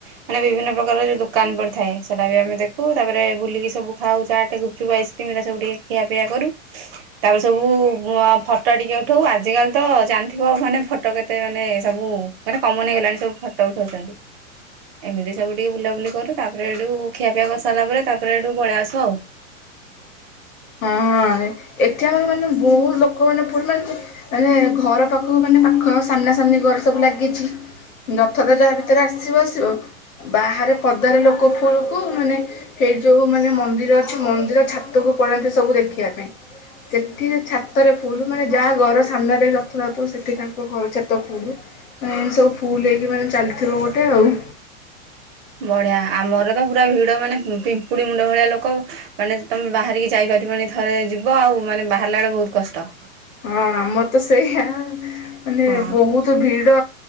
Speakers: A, on the right; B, on the left.
A: ମାନେ ବିଭିନ୍ନ ପ୍ରକାର ଯୋଉ ଦୋକାନ ପ ଥାଏ ସେଟା ବି ଆେ ଦେଖୁ ତାପରେ ବୁଲିକି ସବୁ ଖାଉ ଚାଟେ ଗୁପଚୁ ଆଇସ୍କ୍ରିମା ସବୁ ଟିକେ ଖିଆିଆ କରୁ ତାପରେ ସବୁ ଫଟୋ ଟିକେ ଉଠାଉ ଆଜିକାଲି ତ ଜାଣି ଥିବ ମାନେ ଫଟୋ କେତେ ମାନେ ସବୁ ମାନେ କମନ ହେଇଗଲାଣି ସବୁ ଫଟୋ ଉଠଉଛନ୍ତି ଏମିତି ସବୁ ଟିକେ ବୁଲାବୁଲି କରୁ ତାପରେ ଏଇଠୁ ଖିଆପିଆ କରିସାରିଲା ପରେ ତାପରେ ଏଇଠୁ ପଳେଇ ଆସୁ ଆଉ
B: ହଁ ଏଠି ଆମର ମାନେ ବହୁତ ଲୋକ ମାନେ ପମା ମାନେ ଘର ପାଖକୁ ମାନେ ପାଖ ସାମ୍ନା ସାମ୍ନି ଘର ସବୁ ଲାଗିଛି ନଥ ତ ଯାହା ଭିତରେ ଆସିବ ଆସିବ ବାହାରେ ପଦାରେ ଲୋକ ଫୁଲକୁ ମାନେ ସେଇ ଯୋଉ ମାନେ ମନ୍ଦିର ଅଛି ମନ୍ଦିର ଛାତକୁ ପଳାାନ୍ତି ସବୁ ଦେଖିବା ପାଇଁ ସେଠି ଛାତରେ ଫୁଲୁ ମାନେ ଯାହା ଘର ସାମ୍ନାରେ ବି ଯଥୁଥୁ ସେଠି ତାଙ୍କ ଘର ଛାତ ଫୁଲୁ ମାନେ ଏମତି ସବୁ ଫୁଲ ହେଇକି ମାନେ ଚାଲିଥିବ ଗୋଟେ ଆଉ
A: ବଢିଆ ଆମର ତ ପୁରା ଭିଡ ମାନେ ପିମ୍ପୁଡି ମୁଣ୍ଡ ଭଳିଆ ଲୋକ ମାନେ ତମେ ବାହାରିକି ଯାଇପାରିବନି ଥରେ ଯିବ ଆଉ ମାନେ ବାହାରିଲା ବେଳଳେ ବହୁତ କଷ୍ଟ
B: ହଁ ଆମର ତ ସେଇଆ ମାନେ
A: ହଁ
B: ବହୁତ ଭିଡ